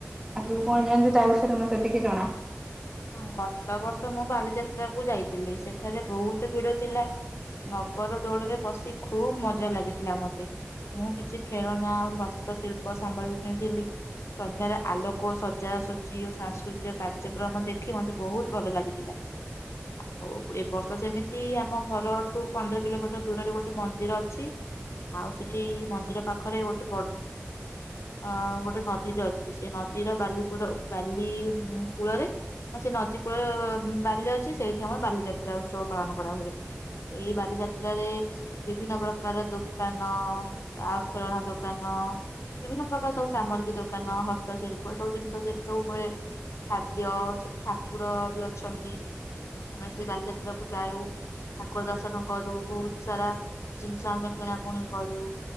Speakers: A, on the right (about 15°); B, on the left (about 70°).
A: ଆଉ
B: ହୁଁ
A: ତୁ କଣ ଜାଣିଚୁ ତା ବିଷୟରେ ମୋତେ ଟିକେ ଜଣା।
B: ହଁ ଗତ ବର୍ଷ ମୁଁ ବାଲିଯାତ୍ରା କୁ ଯାଇଥିଲି ସେଠାରେ ବହୁତ ଭିଡ ଥିଲା, ନଗର ଦୋଳରେ ପଶି ଖୁବ୍ ମଜା ଲାଗିଥିଲା ମୋତେ, ମୁଁ କିଛି ଖେଳନା ଆଉ ହସ୍ତଶିଳ୍ପ ସାମଗ୍ରୀ କିଣିଥିଲି, ସନ୍ଧ୍ୟାରେ ଆଲୋକ ସଜାସଜି ଓ ସାଂସ୍କୃତିକ କାର୍ଯ୍ୟ କ୍ରମ ଦେଖି ମତେ ବହୁତ ଭଲ ଲାଗିଥିଲା, ଆଉ ଏ ବର୍ଷ ସେମିତି ଆମ ଘରଠୁ ପନ୍ଦର କିଲୋମିଟର ଦୂରରେ ଗୋଟେ ମନ୍ଦିର ଅଛି, ଆଉ ସେଠି ମନ୍ଦିର ପାଖରେ ଗୋଟେ ବଡ ଅ, ଗୋଟେ ନଦୀ ଟେ ଅଛି, ସେ ନଦୀର ବାଲିକୁଡ ବାଲି ଉଁ କୂଳରେ ନ-ସେ ନଦୀ କୂଳର ଉଁ ବାଲି ଅଛି ସେଇଠି ଆମର ବାଲିଯାତ୍ରା ଉତ୍ସବ ପାଳନ କରା ହୁଏ, ଏଇ ବାଲିଯାତ୍ରାରେ ବିଭିନ୍ନ ପ୍ରକାର ଦୋକାନ ଆଉ ଖେଳଣା ଦୋକାନ, ବିଭିନ୍ନ ପ୍ରକାର ସବୁ ସାମଗ୍ରୀ ଦୋକାନ, ହସ୍ତଶିଳ୍ପ ସବୁ ଜିନିଷ ସେଠି ସବୁ ମିଳେ। ଖାଦ୍ୟ ସେଠି ଠାକୁର ବି ଅଛନ୍ତି, ଆମେ ସେଇ ବାଲିଯାତ୍ରା କୁ ଯାଉ ଠାକୁର ଦର୍ଶନ କରୁ, ବହୁତ ସାରା ଜିନିଷ ଆମେ କିଣାକୁଣି କରୁ,